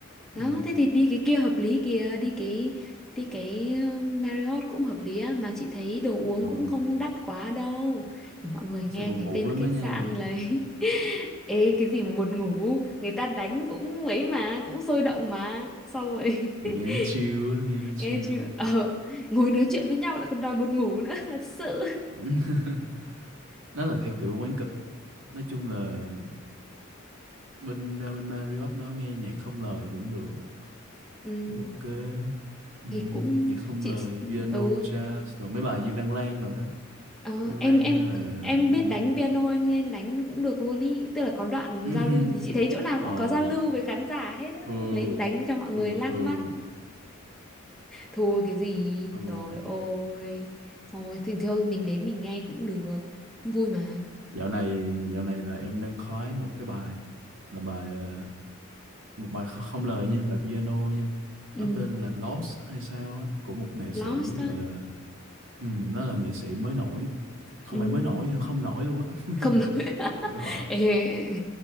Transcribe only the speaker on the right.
ừ.
Ừ.
sẽ buồn
ngủ
lắm
á nha
thì nghe nó chill á nghe
nó chill
<laughs> nó là theo kiểu quán cực nói chung là bên ra bên Marriott đó nghe nhạc không lời cũng được
cũng ok ừ.
nhạc không
lời piano
jazz rồi mấy bài như Lan Lan rồi đó
Lan
Lan
hay là
ừ.
<laughs>
Rồi,
thưa
thưa
thưa
thưa
dạo này dạo này là em đang khoái một cái bài là bài ờ, một bài kh- không lời nha bài piano nha
nó tên là Lost hay sao á của một nghệ sĩ
gọi là ừ, nó là nghệ sĩ mới nổi không
phải mới nổi nữa không nổi luôn á
<laughs>
kiểu họ